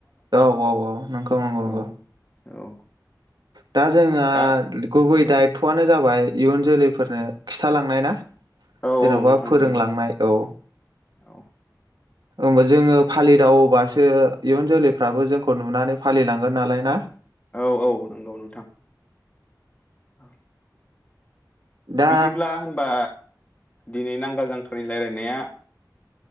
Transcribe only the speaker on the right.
औ औ औ नंगौ नंगौ नंगौ
दा जोंहा
गुबै दायथ' थआनो जाबाय इयुन जोलैफोरनो खिथालांनाय ना?
जेन'बा
फोरोंलांनाय
औ
होनबा जोङो फालिदावोबासो सो इयुन जोलैफ्राबो जोंखौ नुनानै फालिलांगोन नालाय ना?
दा